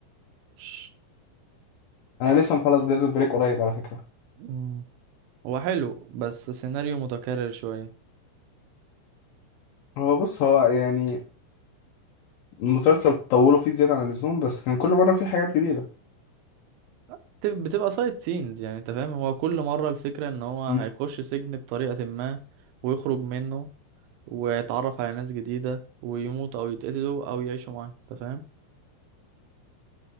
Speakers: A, on the right; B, on the left.
A: ش-
B: انا لسه مخلص بريزون بريك قريب على فكرة
A: مم. هو حلو بس سيناريو متكرر شوية
B: هو بص هو يعني المسلسل طولوا فيه زيادة عن اللزوم بس كان كل مرة فيه حاجات جديدة
A: بت- بتبقى سايد سينز يعني انت فاهم هو كل مرة الفكرة ان هو
B: مم.
A: هيخش سجن بطريقة ما ويخرج منه ويتعرف على ناس جديدة ويموت او يتقتلوا او يعيشوا معاه انت فاهم